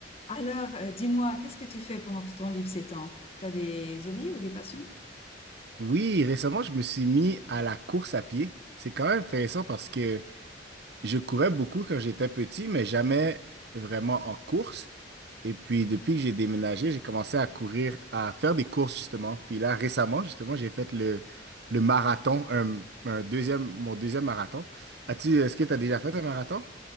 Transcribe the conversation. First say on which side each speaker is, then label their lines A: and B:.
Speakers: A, on the left; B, on the right.
A: Alors, euh, dis-moi, qu'est-ce que tu fais pendant ton temps libre ces temps? T'as des hobbies ou des passions?
B: Oui, récemment, je me suis mis à la course à pied. C'est quand même intéressant parce que je courais beaucoup quand j'étais petit, mais jamais vraiment en course. Et puis, depuis que j'ai déménagé, j'ai commencé à courir, à faire des courses, justement. Puis là, récemment, justement, j'ai fait le, le marathon, un, un deuxième, mon deuxième marathon. As-tu, est-ce que tu
A: Ouais.
B: as déjà fait un marathon?